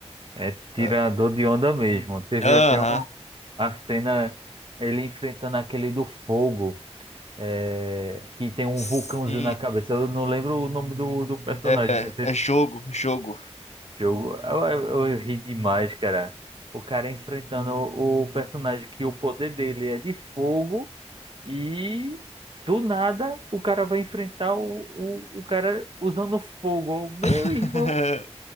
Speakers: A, on the right; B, on the left.
A: É tirador
B: Ah,
A: de onda mesmo. Teve
B: Aham.
A: até um- a cena ele enfrentando aquele do fogo, é, que tem um
B: Sim.
A: vulcãozinho na cabeça. Eu não lembro o nome do, do personagem,
B: É,
A: mas esse
B: é jogo, jogo.
A: jogo eu, eu, eu ri demais, cara. O cara enfrentando o, o personagem que o poder dele é de fogo e do nada o cara vai enfrentar o, o, o cara usando fogo. Meu
B: <laughs>
A: irmão,